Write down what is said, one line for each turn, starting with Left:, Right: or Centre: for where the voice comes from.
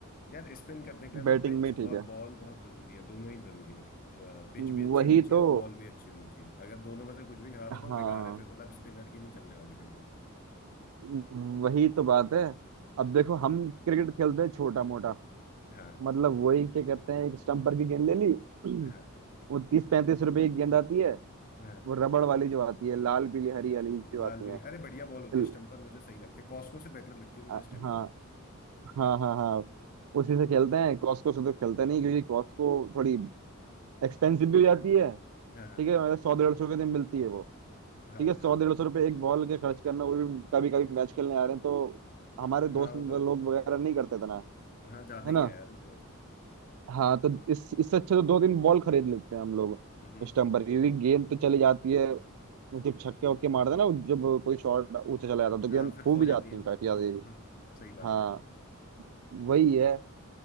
Left: यार स्पिन करने के लिए तो
Right: बैटिंग
Left: पिच
Right: में ठीक
Left: और
Right: है
Left: बॉल बहुत जरूरी है दोनों ही जरूरी हैं पिच
Right: वही
Left: भी अच्छी होनी चाहिए
Right: तो
Left: और बॉल भी अच्छी होनी चाहिए अगर दोनों में से कुछ भी खराब
Right: हाँ
Left: है तो बेकार है फिर मतलब स्पिनर की नहीं चलने वाली फिर तो
Right: वही तो बात है अब देखो
Left: हम्म
Right: हम क्रिकेट खेलते हैं छोटा मोटा
Left: हाँ
Right: मतलब वही क्या कहते हैं एक स्टम्पर की गेंद ले ली
Left: हाँ
Right: <clears throat> वो तीस पैंतीस रुपए की गेंद आती है
Left: हाँ
Right: वो रबड़ वाली जो आती है लाल पीली हरी वाली जो
Left: लाल
Right: आती
Left: भी
Right: है
Left: अरे बढ़िया बॉल होती
Right: ल-
Left: है स्टम्पर मुझे सही लगती है कॉस्को से बेटर लगती है मुझे
Right: आ-
Left: स्टम्पर
Right: हाँ हाँ हाँ हाँ उसी से खेलते हैं कॉस्को से तो खेलते नहीं क्योंकि कॉस्को थोड़ी एक्सपेंसिव भी हो जाती है
Left: हाँ हाँ
Right: ठीक है मतलब सौ डेढ़ सौ के दिन मिलती है वो
Left: हाँ
Right: ठीक है सौ
Left: हाँ
Right: डेढ़ सौ रुपये एक बॉल के खर्च करना वो भी कभी कभी मैच खेलने आ रहे हैं तो हमारे
Left: हाँ
Right: दोस्त
Left: वो
Right: लोग
Left: तो
Right: वगैरह नहीं करते इतना
Left: हाँ ज्यादा
Right: है
Left: ही
Right: ना
Left: है यार वो तो वैसे
Right: हाँ तो इस इससे अच्छा तो दो तीन बॉल खरीद लेते हैं हम लोग
Left: हम्म
Right: स्टम्पर
Left: हम्म
Right: की क्योंकि गेंद तो चली जाती है जब छक्के वक्के मारते हैं ना जब कोई शॉट ऊंचा चला जाता है तो गेंद
Left: हाँ फिर
Right: खो
Left: खो
Right: भी
Left: जाती
Right: जाती
Left: है
Right: है
Left: हम्म
Right: काफी ज्यादा ये।
Left: सही बात
Right: हाँ
Left: है
Right: वही है